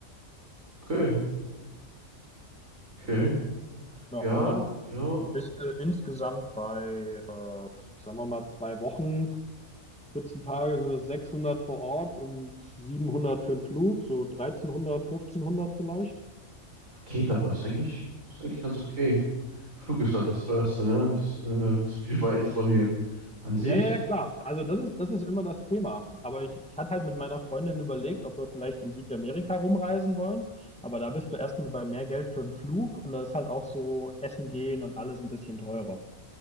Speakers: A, on the right; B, in the centre.
A: Okay, okay.
B: Ja,
A: Ja,
B: und dann
A: ja.
B: bist du insgesamt bei, äh, sagen wir mal, zwei Wochen, 14 Tage sind es 600 vor Ort und 700 für den Flug, so 1300, 1500 vielleicht.
A: Geht aber, ist eigentlich, ist eigentlich ganz okay. Flug ist halt das teuerste, ne? Ist äh, ziemlich <laughs> weit von hier. An sich,
B: Ja, ja, ja, klar. Also das ist, das ist immer das Thema. Aber ich, ich hatte halt mit meiner Freundin überlegt, ob wir vielleicht in Südamerika rumreisen wollen. Aber da bist du erstmal bei mehr Geld für den Flug und da ist halt auch so Essen gehen und alles ein bisschen teurer.